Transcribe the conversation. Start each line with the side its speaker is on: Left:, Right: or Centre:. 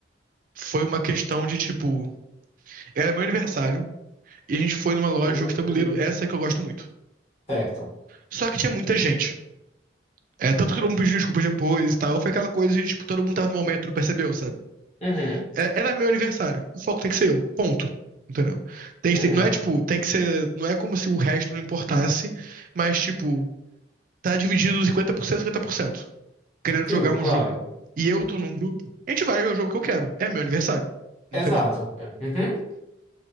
Right: foi uma questão de tipo. Era meu aniversário e a gente foi numa loja
Left: Oh.
Right: de jogos de tabuleiro, essa que eu gosto muito.
Left: Certo.
Right: Só que tinha muita gente. É, tanto que todo mundo pediu desculpas depois e tal. Foi aquela coisa de, tipo, todo mundo tava no momento, não percebeu, sabe?
Left: Uhum,
Right: É, era meu aniversário. O foco tem que ser eu. Ponto. Entendeu? Tem,
Left: uhum.
Right: tem- não é, tipo, tem que ser. Não é como se o resto não importasse, mas, tipo, tá dividido 50%, 50%. querendo jogar
Left: Sim,
Right: um
Left: claro.
Right: jogo e eu tô num grupo, a gente vai jogar o jogo que eu quero. É meu aniversário. Entendeu?
Left: Exato. É, Uhum.